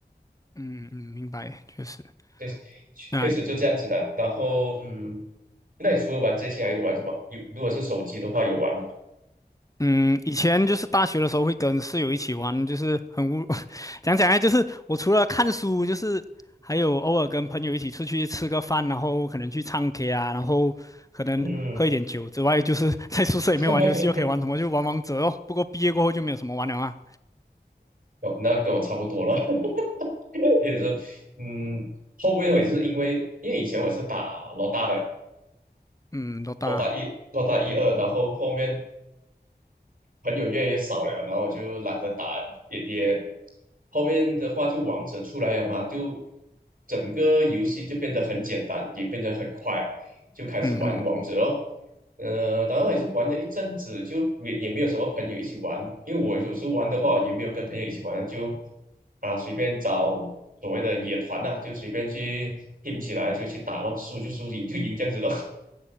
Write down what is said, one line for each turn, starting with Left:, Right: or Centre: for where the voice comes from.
Left: 嗯嗯，明白，确实，
Right: 对，确确实就这样子的。
Left: 啊。
Right: 然后嗯，那你除了玩这些还有玩什么？有如果是手机的话有玩吗？
Left: 嗯，以前就是大学的时候会跟室友一起玩，就是很无，<laughs> 讲讲啊，就是我除了看书，就是还有偶尔跟朋友一起出去吃个饭，然后可能去唱 K 啊，然后可能喝一点酒之外，
Right: 嗯。
Left: 就是在宿舍里面玩游戏，
Right: <laughs>
Left: 又可以玩什么，就玩王者哦。不过毕业过后就没有什么玩了啊。
Right: 哦，那跟我差不多了，<laughs> 也是，嗯，后面我也是因为，因为以前我是打老大的，
Left: 嗯，多大？
Right: 老大一、老大一二，然后后面朋友越来越少了，然后我就懒得打了也也后面的话就王者出来了嘛，就整个游戏就变得很简单，也变得很快，就开始玩王者咯。
Left: 嗯哼，
Right: 呃，然后也是玩了一阵子，就也也没有什么朋友一起玩，因为我有时候玩的话也没有跟朋友一起玩，就啊随便找所谓的野团呐、就随便去 team 起来就去打咯，输就输，赢就赢这样子咯。